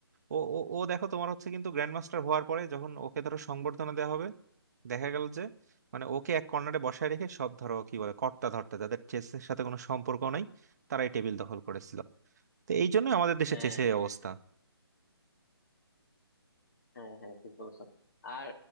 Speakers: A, on the right; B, on the left.
A: ও ও ও দেখো তোমার হচ্ছে কিন্তু গ্র্যান্ড মাস্টার হওয়ার পরে যখন ওকে ধরো সংবর্ধনা দেওয়া হবে দেখা গেল যে মানে ওকে এক কর্নারে বসায় রেখে সব ধরো কি বলে কর্তা ধর্তা যাদের চেসের সাথে কোনো সম্পর্ক নাই তারাই টেবিল দখল করেছিল তো এই জন্য আমাদের দেশে
B: হ্যাঁ
A: চেসের এই
B: হ্যাঁ
A: অবস্থা
B: হ্যাঁ হ্যাঁ ঠিক বলছো আর